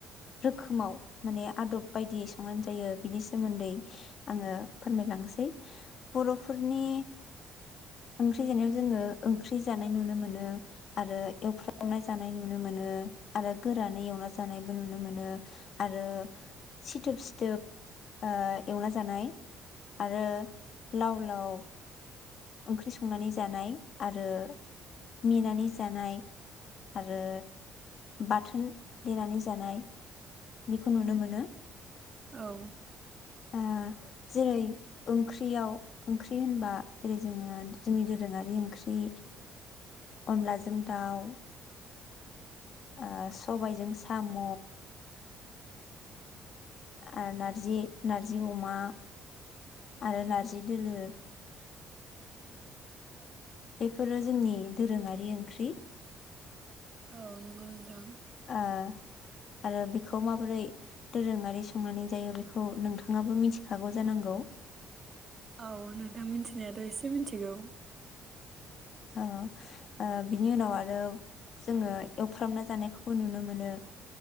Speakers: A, on the left; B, on the right.
A: रोखोमाव माने आदब बायदियै संनानै जायो बिनि सोमोन्दै आङो फोरमायलांसै बर'फोरनि नि ओंख्रि जानायाव जोङो ओंख्रि जानाय नुनो मोनो आरो एवफ्रावनाय जानाय नुनो मोनो। मोनो आरो गोरानै एवना जानायबो नुनो मोनो आरो सिथोब सिथोब एवना जानाय आरो लाव लाव ओंख्रि संनानै जानाय आरो मिनानै जानाय आरो बाथोन देनानै जानाय बेखौ नुनो मोनो।
B: औ।
A: ओ जेरै ओंख्रियाव ओंख्रि होनबा जेरै जोङो जोंनि दोरोङारि ओंख्रि अनलाजों दाउ ओ सबायजों साम' आरो नारजि नारजि अमा आरो नारजि दोलो बेफोरो जोंनि दोरोङारि ओंख्रि
B: औ नंगौ नोंथां
A: ओ आरो बेखौ माबोरै दोरोङारि संनानै जायो बेखौ नोंथाङाबो मिथिखागौ जानांगौ। नंगौ।
B: औ नोंथां मिथिनायाथ' एसे मिथिगौ
A: औ बिनि उनाव आरो जोङो एवफ्रामना जानायखौबो नुनो मोनो।